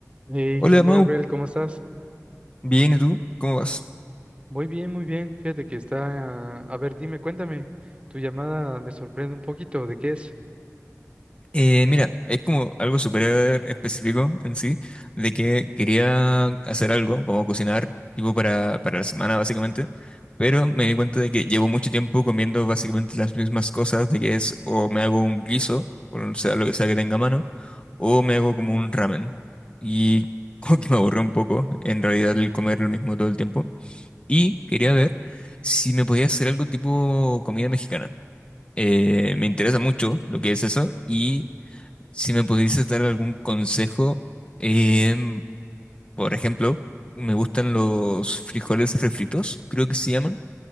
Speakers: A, on the right; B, on the left.
A: Hey,
B: Hola,
A: ¿qué onda,
B: Mau.
A: Gabriel? ¿Cómo estás?
B: Bien, ¿y tú? ¿Cómo vas?
A: Muy bien, muy bien. Fíjate que está... A ver, dime, cuéntame. Tu llamada me sorprende un poquito. ¿De qué es?
B: Eh, mira, es como algo súper específico en sí, de que quería hacer algo, como cocinar, tipo para, para la semana, básicamente, pero me di cuenta de que llevo mucho tiempo comiendo básicamente las mismas cosas, de que es o me hago un guiso, o sea, lo que sea que tenga a mano, o
A: Ujú.
B: me hago como un ramen. Y <laughs> como que me aburrió un poco, en realidad, el comer lo mismo todo el tiempo. Y quería ver si me podía hacer algo tipo comida mexicana. Eh, me interesa mucho lo que es eso y si me pudieses dar algún consejo, em, por ejemplo, me gustan los frijoles refritos, creo que se llaman.